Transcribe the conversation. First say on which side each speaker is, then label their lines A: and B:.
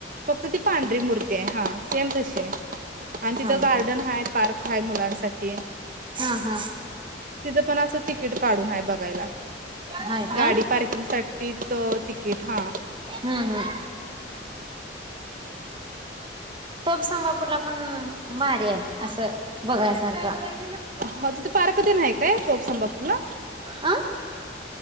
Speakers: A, on the right; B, on the right.
A: फक्त ती पांढरी मूर्ती आहे हा, सेम तशी हाय. आणि
B: हा
A: तिथं
B: हा
A: गार्डन हाय पार्क हाय मुलांसाठी.
B: हा हा.
A: तिथं पण असं तिकीट काढून हाय बघायला.
B: हाय का
A: गाडी
B: हम्म
A: पार्किंगसाठीच तिकीट हा.
B: हा -हा. टोफ संभापूरला पण भारी हाय, असं बघायसारखं.
A: हो तिथे पार्क तेन हाय काय, टोप संभापूरला.
B: अ